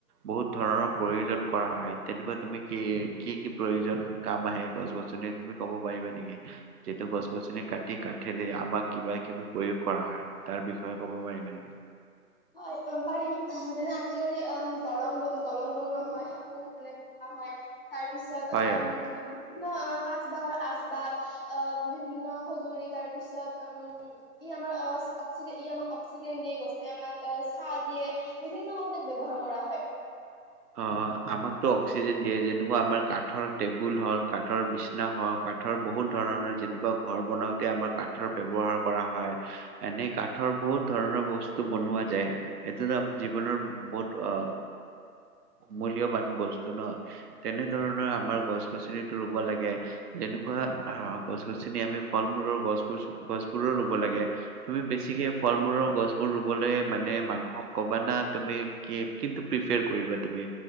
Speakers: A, on the right (about 80°); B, on the left (about 40°).
A: বহুত ধৰণৰ প্ৰয়োজন কৰা হয়, তেনেকুৱা তুমি কি কি কি প্ৰয়োজন কাম আহে গছ গছনি, তুমি কব পাৰিবা নেকি, যিটো গছ গছনি কাটি কাঠেদি আমাক কিবা কিবি প্ৰয়োগ কৰা হয়, তাৰ বিষয়ে কব পাৰিবা নেকি?
B: হয়, অ পাৰিম। যেনে আজিকালি অম দৰং দলং বনোৱা হয়, সাঁকো মানে <unintelligible> হয়। তাৰ পিছত
A: হয়
B: অম
A: হয়
B: কাঠ বাহৰ আচ বা অ বিভিন্ন সঁজুলি, তাৰ পিছত উম ই আমাৰ অচ অক্সিজেন ই আমাক অক্সিজেন দি গছে আমাক। অ ছাঁ দিয়ে। বিভিন্ন কামত তেওঁক ব্যৱহাৰ কৰা হয়।
A: অ, আমাকতো অক্সিজেন দিয়ে। যেনেকুৱা আমাৰ কাঠৰ টেবুল হল, কাঠৰ বিচনা হওঁক, কাঠৰ বহুত ধৰণৰ যেনেকুৱা ঘৰ বনাওঁতে আমাৰ কাঠৰ ব্যৱহাৰ কৰা হয়। এনেই কাঠৰ বহুত ধৰণৰ বস্তু বনোৱা যায়। এইটোতো আমাৰ জীৱনৰ বহুত অ মূল্যবান বস্তু ন? তেনেধৰণৰ আমাৰ গছ গছনিটো ৰুব লাগে। যেনেকুৱা গছ গছনি আমি ফল মূলৰ গছ গছ গছবোৰো ৰুব লাগে। তুমি বেছিকে ফল মূলৰ গছবোৰ ৰুবলৈ মানে মানুহক কবানা তুমি কি কিন্তু প্ৰিফয়াৰ কৰিবা? তুমি